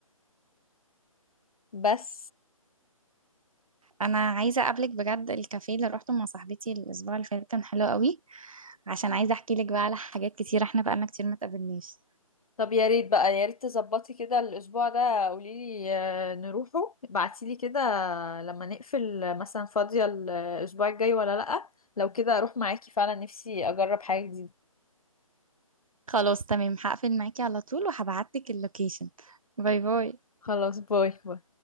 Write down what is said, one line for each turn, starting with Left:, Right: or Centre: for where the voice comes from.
Left: بس
Right: انا عايزه اقابلك بجد الكافيه اللي روحته مع صاحبتي الاسبوع اللي فات كان حلو قوي عشان عايزه احكي لك بقى على حاجات كتير احنا بقالنا كتير ما اتقابلناش
Left: طب يا ريت بقى يا ريت تظبطي كده الاسبوع ده قوليلي آه، نروحه ابعتيلي كده لما نقفل آه، مثلا فاضية الاسبوع الجاي ولا لأ لو كده اروح معاكي فعلا نفسي اجرب حاجة جديدة
Right: خلاص تمام هقفل معاكي على طول وهبعت لك اللوكيشن باي باي
Left: خلاص باي باي